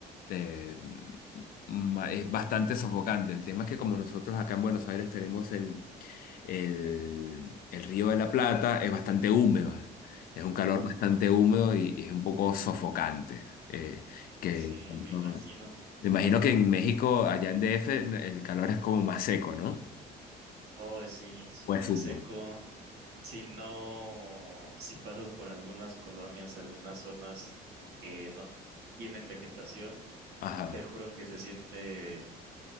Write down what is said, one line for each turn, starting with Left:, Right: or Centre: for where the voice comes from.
Left: Te- mm, ma- es bastante sofocante. El tema es que como nosotros acá en Buenos Aires tenemos el el, el Río de la Plata es bastante húmedo, es un calor
Right: uy,
Left: bastante
Right: sí.
Left: húmedo y, y es un poco sofocante. eh, que
Right: Sí,
Left: cuando-
Right: me imagino.
Left: me imagino que en México, allá en DF, el calor es como más seco, ¿no?
Right: Oh, sí, súper
Left: Pues húmedo.
Right: seco. Si no, si pasas por algunas colonias, algunas zonas que no tienen vegetación,
Left: Ajá.
Right: te juro que se siente,